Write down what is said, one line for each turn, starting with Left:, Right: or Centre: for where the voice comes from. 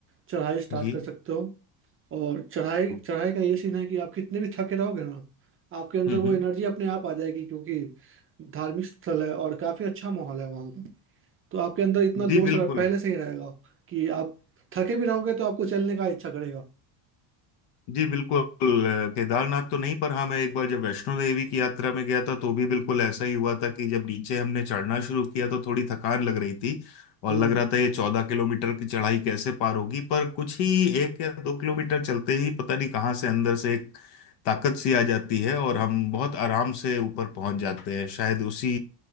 Right: चढ़ाई स्टार्ट
Left: जी
Right: कर सकते हो और चढ़ाई
Left: ओके।
Right: चढ़ाई का ये सीन है कि आप कितने भी थके रहोगे ना आपके अंदर
Left: हम्म
Right: वो
Left: हम्म।
Right: एनर्जी अपने आप आ जाएगी क्योंकि धार्मिक स्थल है और काफ़ी अच्छा माहौल है वहाँ तो आपके अंदर इतना
Left: जी
Right: जोश
Left: बिल्कुल
Right: रह- पहले से ही रहेगा कि आप थके भी रहोगे तो आपको चलने का इच्छा करेगा
Left: जी बिल्कुल अ, केदारनाथ तो नहीं पर हाँ मैं एक बार जब वैष्णो देवी की यात्रा में गया था तो भी बिल्कुल ऐसा ही हुआ था कि जब नीचे हमने चढ़ना शुरू किया तो थोड़ी थकान लग रही थी और
Right: हम्म
Left: लग रहा था ये चौदह किलोमीटर की चढ़ाई कैसे पार होगी पर कुछ ही एक या दो किलोमीटर चलते ही पता नहीं कहाँ से अंदर से एक ताकत सी आ जाती है और हम बहुत आराम से ऊपर पहुंच जाते हैं शायद उसी